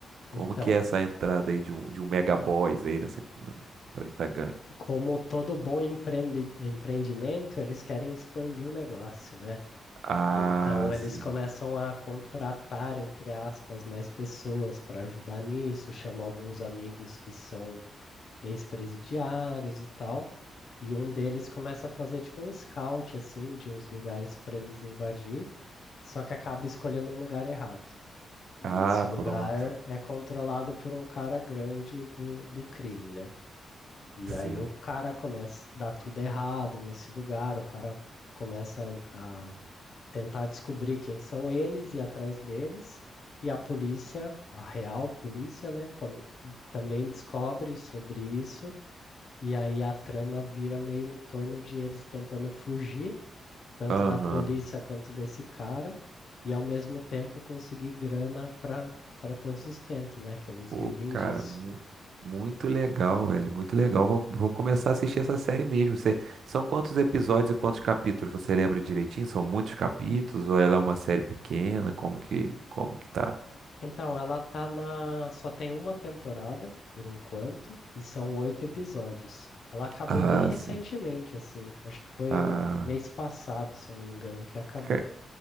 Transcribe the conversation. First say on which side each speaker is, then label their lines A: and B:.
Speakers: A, on the right; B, on the left.
A: Como
B: Então,
A: que é essa entrada aí de um, de um mega boss aí nessa, no- pra essa gangue?
B: como todo bom empreende- empreendimento, eles querem expandir o negócio, né?
A: Ah,
B: Então, eles
A: sim.
B: começam a contratar, entre aspas, mais pessoas para ajudar nisso, chamam alguns amigos que são ex-presidiários e tal. E um deles começa a fazer tipo um scout, assim, de uns lugares para eles invadir, só que acaba escolhendo um lugar errado. E
A: Ah,
B: esse lugar
A: pronto.
B: é controlado por um cara grande do, do crime, né? E
A: Sim.
B: aí o cara começa a dar tudo errado nesse lugar, o cara começa a tentar descobrir quem são eles e ir atrás deles, e a polícia, a real polícia, né, come- também descobre sobre isso, e aí a trama vira meio em torno de eles tentando fugir tanto
A: Aham.
B: da polícia quanto desse cara, e ao mesmo tempo conseguir grana para para ter o sustento, né? Que eles
A: Pô,
B: vivem
A: cara,
B: disso.
A: mu- muito legal, velho. Muito legal. Vou, vou começar a assistir essa série mesmo. Você- são quantos episódios e quantos capítulos? Você lembra direitinho? São muitos capítulos? Ou ela é uma série pequena? Como que, como que tá?
B: Então, ela tá na. Só tem uma temporada, por enquanto, e são oito episódios. Ela acabou
A: Ah,
B: bem recentemente,
A: sim.
B: assim. Acho que foi
A: Ah,
B: mês passado, se eu não me engano, que acabou.
A: ca-